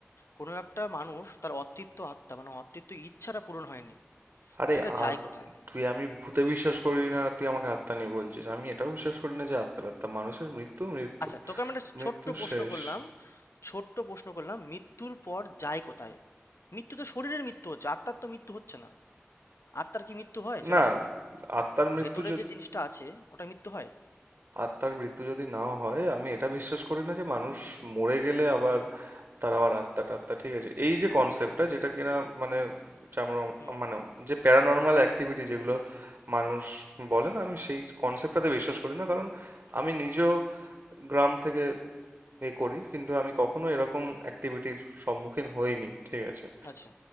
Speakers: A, on the left (about 80°); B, on the right (about 60°).
A: কোনো একটা মানুষ তার অতৃপ্ত আত্মা মানে অতৃপ্ত ইচ্ছাটা পূরণ হয়নি
B: আরে
A: সেটা যায়
B: আ-
A: কোথায়
B: তুই আমি ভূতে বিশ্বাস করি না তুই আমাকে আত্মা নিয়ে বলছিস আমি এটাও বিশ্বাস করি না যে আত্মার আত্মা মানুষের মৃত্যু মৃত্যু
A: আচ্ছা তোকে আমি একটা
B: মৃত্যু
A: ছোট্ট প্রশ্ন
B: শেষ
A: করলাম ছোট্ট প্রশ্ন করলাম মৃত্যুর পর যায় কোথায় মৃত্যু তো শরীরের মৃত্যু হচ্ছে আত্মার তো মৃত্যু হচ্ছে না আত্মার কি মৃত্যু হয় সেটা
B: না
A: আমাকে বলো
B: আত্মার মৃত্যু
A: ভেতরে
B: যদি
A: যে জিনিসটা আছে ওটা মৃত্যু হয়
B: আত্মার মৃত্যু যদি নাও হয় আমি এটা বিশ্বাস করি না যে মানুষ মরে গেলে আবার তার আবার আত্মা টাত্মা ঠিক আছে এই যে কনসেপ্টটা যেটা কিনা মানে যে আমরা
A: হুম
B: মানে যে প্যারানর্মাল অ্যাক্টিভিটি যেগুলো মানুষ বলে না আমি সেই কনসেপ্টটাতে বিশ্বাস করি না কারণ আমি নিজেও গ্রাম থেকে এ করি কিন্তু আমি কখনো এরকম অ্যাক্টিভিটির সম্মুখীন হইনি ঠিক আছে
A: আচ্ছা